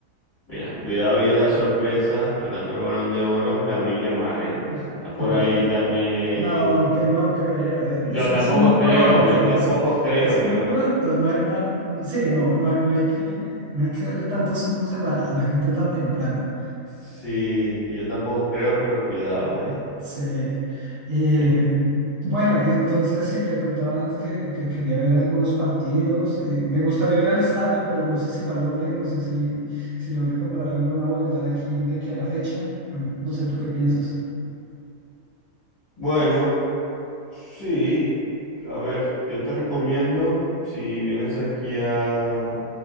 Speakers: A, on the left; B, on the right.
A: mira, cuidado y es la sorpresa, hablando del Balón de Oro, Lamine Yamal, ¿eh?
B: <laughs>
A: Está por
B: También.
A: ahí también
B: No, aunque no creo, eh,
A: Yo
B: es,
A: tampoco
B: es muy pronto,
A: creo, yo tampoco
B: es,
A: creo,
B: es
A: pero
B: muy pronto, no hay, no, sí, no, no hay, no hay que, no hay que darle tantos humos a la, a la gente tan temprano.
A: sí, sí, yo tampoco creo, pero cuidado, ¿eh?
B: Sí. Eh,
A: <laughs>
B: bueno, entonces sí, te contaban que, que quería ver algunos partidos, eh, me gustaría ir al estadio, pero no sé si la logré, no sé si, si logré comprar alguna boleta de aquí, de aquí a la fecha, bueno, no sé, ¿tú qué piensas?
A: Bueno, sí, a ver, yo te recomiendo, si vienes aquí a,